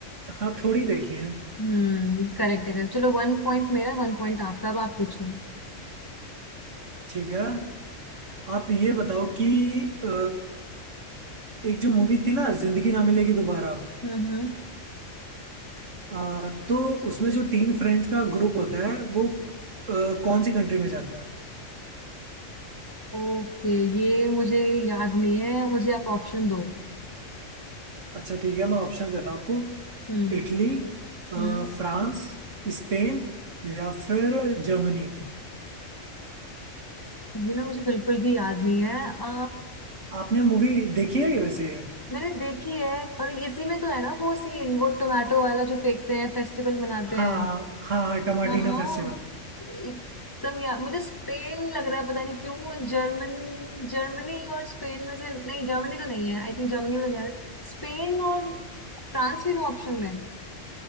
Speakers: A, on the right; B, on the left.
A: हाँ थोड़ी देखी है
B: हम्म करेक्ट है correct। चलो वन पॉइंट मेरा वन पॉइंट आपका अब आप पूछो
A: ठीक है आप ये बताओ कि अ, एक जो मूवी थी ना जिंदगी ना मिलेगी दोबारा
B: हम्म हम्म
A: अ, तो उसमें जो तीन फ्रेंड्स का ग्रुप होता है वो अ, कौन सी कंट्री में जाते हैं
B: ओके ये मुझे याद नहीं है मुझे आप ऑप्शन दो
A: अच्छा ठीक है मैं ऑप्शंस देता हूँ आपको
B: हम्म
A: इटली अ,
B: हम्म
A: फ्रांस स्पेन या फिर जर्मनी
B: ये ना मुझे बिल्कुल भी याद नहीं है आ,
A: आपने मूवी देखी है वैसे ये?
B: मैंने देखी है और इसी में तो है ना वो सीन वो टोमेटो वाला जो फेंकते हैं फेस्टिवल मनाते
A: हाँ
B: हैं
A: हाँ हाँ टमाटीना
B: हाँ हाँ
A: फेस्टिवल
B: एकदम यार मुझे स्पेन लग रहा है पता नहीं क्यों जर्मन जर्मनी और स्पेन में से नहीं जर्मनी तो नहीं है आई थिंक जर्मनी में तो नहीं है स्पेन और फ्रांस भी तो ऑप्शन में है।